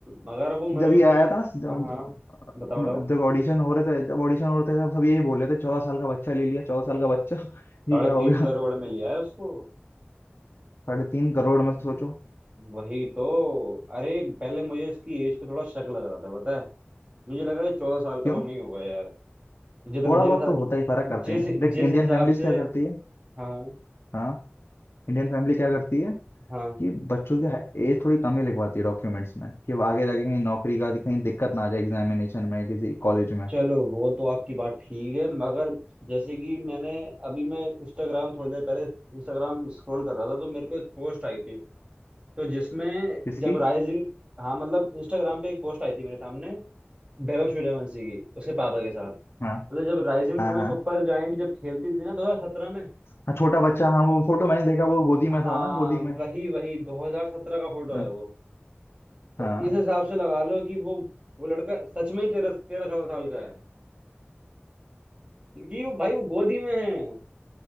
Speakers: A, on the right (about 25°); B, on the left (about 70°).
A: मगर वो मेरे
B: जब
A: को
B: ये
A: सुई
B: आया था ना जब,
A: हाँ हाँ बताओ बताओ
B: जब ऑडिशन हो रहे थे जब ऑडिशन हो रहे थे तब सब यही बोल रहे थे चौदह साल का बच्चा ले लिया चौदह साल का बच्चा <laughs>
A: साढ़े
B: ये क्या
A: तीन
B: हो गया
A: करोड़ में लिया है उसको
B: साढ़े तीन करोड़ में सोचो
A: वही तो अरे पहले मुझे इसकी एज पे थोड़ा शक लग रहा था पता है मुझे लगा ये चौदह साल का
B: क्यों
A: तो नहीं होगा यार जितने
B: थोड़ा
A: जिस
B: बहुत तो होता ही फर्क करते
A: जिस
B: हैं देख
A: जिस
B: इंडियन
A: हिसाब
B: फैमिलीज
A: से
B: क्या करती है
A: हाँ
B: हाँ इंडियन फैमिली क्या करती है
A: हाँ
B: कि बच्चों की एज थोड़ी कम ही लिखवाती है डॉक्यूमेंट्स में कि वो आगे जाके कहीं नौकरी का कहीं दिक्कत ना आ जाए एग्जामिनेशन में किसी कॉलेज में
A: चलो वो तो आपकी बात ठीक है मगर जैसे कि मैंने अभी मैं इंस्टाग्राम थोड़ी देर पहले इंस्टाग्राम स्क्रॉल कर रहा था तो मेरे को एक पोस्ट आई थी तो जिसमें
B: किसकी
A: जब राइजिंग हाँ मतलब इंस्टाग्राम पे एक पोस्ट आई थी मेरे सामने वैभव सूर्यवंशी की उसके पापा के साथ
B: हाँ
A: मतलब जब राइजिंग
B: हाँ
A: पुणे
B: हाँ
A: सुपर जायंट जब खेलती थी ना 2017 में
B: हाँ छोटा बच्चा हाँ वो फोटो मैंने देखा वो गोदी में
A: हाँ
B: था ना गोदी में
A: वही वही 2017 का फोटो
B: हाँ
A: है वो तो
B: हाँ
A: इस हिसाब से लगा लो कि वो वो लड़का सच में ही तेरह तेरह चौदह साल का है क्योंकि वो भाई वो गोदी में है